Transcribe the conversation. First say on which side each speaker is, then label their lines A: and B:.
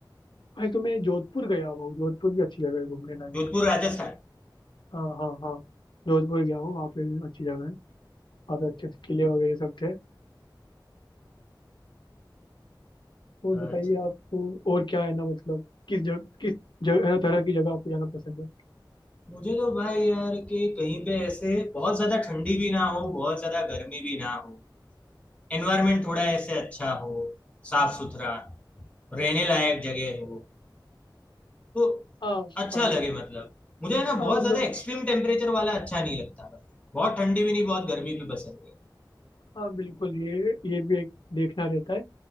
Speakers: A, on the left (about 75°); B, on the left (about 15°).
A: और एक तो मैं जोधपुर गया हुआ हूँ जोधपुर भी अच्छी जगह है घूमने लायक
B: जोधपुर राजस्थान
A: हाँ हाँ हाँ जोधपुर गया हूँ वहाँ पे भी अच्छी जगह है वहाँ पे अच्छे अच्छे किले वगैरह सब थे और
B: अच्छा
A: बताइए आपको और क्या है ना मतलब किस जग किस जगह तरह की जगह आपको जाना पसंद है
B: मुझे तो भाई यार कि कहीं पे ऐसे बहुत ज्यादा ठंडी भी ना हो बहुत ज्यादा गर्मी भी ना हो एनवायरमेंट थोड़ा ऐसे अच्छा हो साफ सुथरा रहने लायक जगह हो तो
A: हाँ
B: अच्छा
A: हाँ
B: लगे मतलब मुझे है ना
A: हाँ
B: बहुत
A: मतलब
B: ज्यादा एक्सट्रीम टेम्परेचर वाला अच्छा नहीं लगता भाई बहुत ठंडी भी नहीं बहुत गर्मी भी पसंद नहीं
A: हाँ बिल्कुल ये ये भी एक देखना रहता है